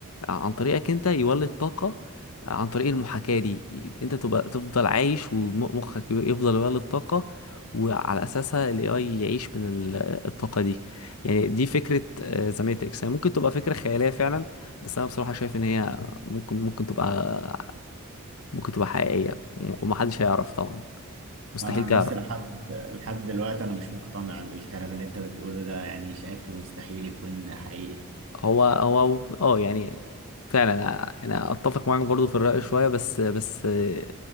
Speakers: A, on the left; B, on the right.
A: عن طريقك انت يولد طاقه عن طريق المحاكاه دي انت تبقى تفضل عايش ومخك يفضل يولد طاقه وعلى اساسها الاي اي يعيش من ال- الطاقه دي يعني دي فكره ذا ماتريكس هي ممكن تبقى فكره خياليه فعلا بس انا بصراحه شايف ان هي ممكن ممكن تبقى ممكن تبقى حقيقيه ومحدش هيعرف طبعا مستحيل
B: انا عن
A: تعرف
B: نفسي لحد لحد دلوقتي انا مش مقتنع بالكلام اللي انت بتقوله ده يعني شايفه مستحيل يكون حقيقي
A: هو هو اه يعني فعلا انا أنا اتفق معاك برضو في الرأي شوية بس بس آه،